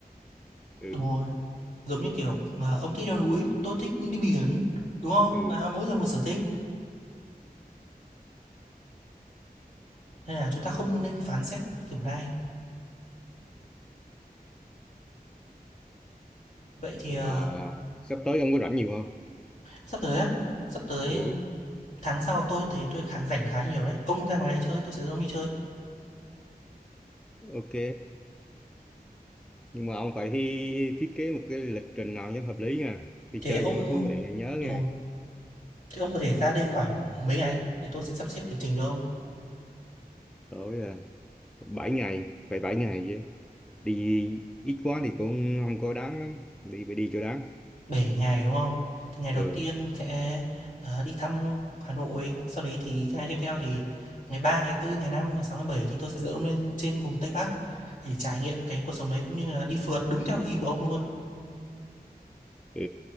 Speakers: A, in the centre; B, on the left.
A: ừ
B: Đúng rồi, giống như kiểu, ờ, ông thích leo núi, tôi thích đi biển, đúng không?
A: ừ
B: Là mỗi người một sở thích, nên là chúng ta không nên phán xét kiểu này Vậy thì,
A: mà
B: ờ,
A: sắp tới ông có rảnh nhiều không
B: sắp tới á, sắp tới
A: ừ
B: tháng sau tôi thấy tôi khá rảnh khá nhiều đấy. Ông ra ngoài đây chơi, tôi sẽ dẫn ông đi chơi.
A: ok nhưng mà ông phải thi thiết kế một cái lịch trình nào cho hợp lý nha đi
B: Thế
A: chơi
B: ông
A: cho nó thú vị nhớ
B: đúng
A: nha
B: không? thế ông có thể ra đây khoảng mấy ngày để tôi sẽ sắp xếp lịch trình cho ông.
A: tối à, 7 ngày phải 7 ngày chứ đi ít quá thì cũng không có đáng lắm đi phải đi cho đáng
B: bảy ngày đúng không? Thì ngày đầu
A: ừ
B: tiên sẽ ờ, đi thăm Hà Nội, sau đấy thì cái ngày tiếp theo thì ngày 3, ngày tư, ngày 5, ngày 6, ngày 7 thì tôi sẽ dẫn ông lên trên vùng Tây Bắc để trải nghiệm cái cuộc sống đấy cũng như là đi phượt đúng theo ý của ông luôn.
A: ừ